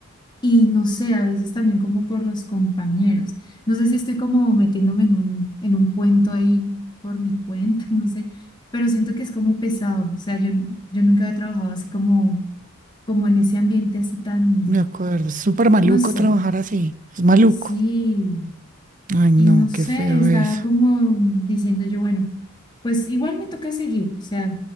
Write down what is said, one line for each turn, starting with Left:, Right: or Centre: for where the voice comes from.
Left: y no sé, a veces también como por los compañeros. No sé si estoy como metiéndome en un, en un cuento ahí por mi cuenta, <laughs> no sé, pero siento que es como pesado. O sea, yo, yo nunca había trabajado así como, como en ese ambiente así tan,
Right: Me acuerdo, es súper maluco
Left: no sé,
Right: trabajar así. Es maluco.
Left: sí.
Right: Ay, no,
Left: Y no sé,
Right: qué feo
Left: estaba
Right: eso.
Left: como diciendo yo, bueno, pues igual me toca seguir, o sea,